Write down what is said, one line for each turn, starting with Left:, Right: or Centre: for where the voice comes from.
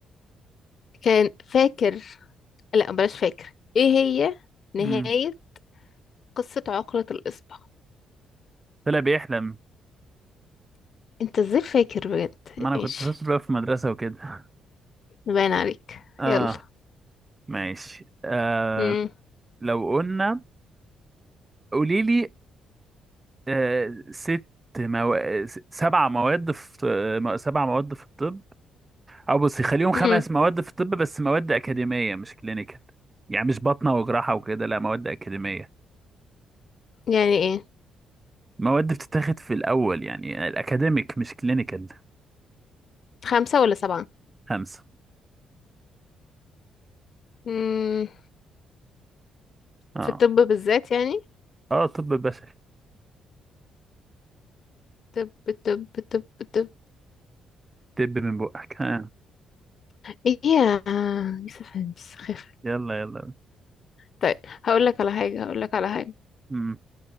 Left: كان فاكر لا بلاش فاكر ايه هي نهاية
Right: مم.
Left: قصة عقلة الإصبع
Right: طلع بيحلم
Left: انت ازاي فاكر بجد
Right: ما انا
Left: ايش
Right: كنت شاطر بقى في المدرسة وكده
Left: باين عليك
Right: اه
Left: يلا
Right: ماشي آه
Left: امم
Right: لو قلنا قولي لي آه ست مو... س- سبع مواد في آه، مو- سبع مواد في الطب او بصي خليهم خمس
Left: امم
Right: مواد في الطب بس مواد اكاديمية مش كلينيكال يعني مش باطنة وجراحة وكده لا مواد اكاديمية
Left: يعني ايه
Right: مواد بتتاخد في الاول يعني الاكاديميك مش كلينيكال
Left: خمسة ولا سبعة
Right: خمسة
Left: امم
Right: اه
Left: في الطب بالذات يعني
Right: اه طب بشري
Left: طب طب طب طب
Right: طب من بقك ها
Left: ايه يا يوسف هانس خف
Right: يلا يلا
Left: طيب هقول لك على حاجة هقول لك على حاجة
Right: امم